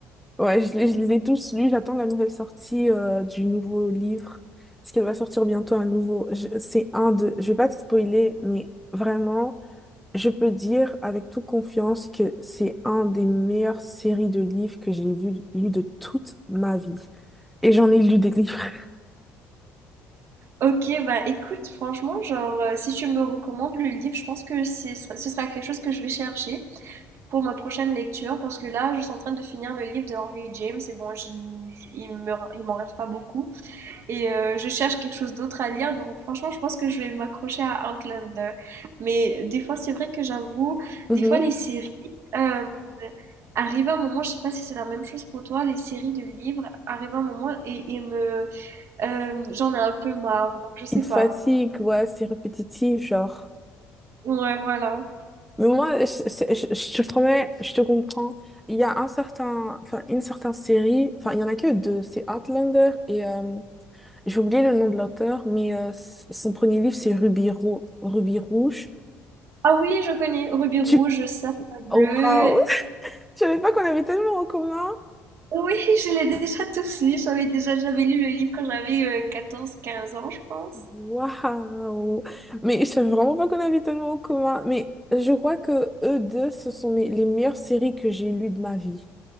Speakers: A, in the centre; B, on the right.
A: Ouais, je, les je les ai tous lus. J'attends la nouvelle sortie euh, du nouveau livre. Parce qu'elle va sortir bientôt un nouveau. Je- C'est un de. Je vais pas te spoiler, mais vraiment, je peux dire avec toute confiance que c'est un des meilleures séries de livres que j'ai vu, lu de toute ma vie. Et j'en ai lu des livres. <laughs>
B: Ok, bah écoute, franchement, genre, euh, si tu me recommandes le livre, je pense que ce sera, ce sera quelque chose que je vais chercher pour ma prochaine lecture, parce que là, je suis en train de finir le livre de Henry James, et bon, je- il me, il m'en reste pas beaucoup, et euh, je cherche quelque chose d'autre à lire, donc franchement, je pense que je vais m'accrocher à Outlander. Mais des fois, c'est vrai que j'avoue,
A: Mhm.
B: des fois, les séries, euh, arrive un moment, je sais pas si c'est la même chose pour toi, les séries de livres, arrive un moment et, et me euh, j'en ai un peu marre, donc je sais
A: Il te
B: pas.
A: <laughs> fatigue, ouais, c'est répétitif, genre.
B: Ouais, voilà.
A: Mais moi, je, c'est- je- je te promets, je te comprends. Il y a un certain, enfin, une certaine série, enfin, il y en a que deux, c'est Outlander et euh, j'ai oublié le nom de l'auteur, mais euh, s- son premier livre, c'est Ruby, Ro- Ruby Rouge.
B: Ah oui, je connais Ruby
A: Tu...
B: Rouge, Safran Bleu.
A: Oh, Waouh! <laughs> Je savais pas qu'on avait tellement en commun.
B: Oui, <laughs> je l'ai déjà tous lus. J'avais déjà j'avais lu le livre quand j'avais euh, quatorze, quinze ans, je pense.
A: Waouh! Mais je savais vraiment pas qu'on avait tellement en commun. Mais je crois que eux deux, ce sont mes- les meilleures séries que j'ai lues de ma vie.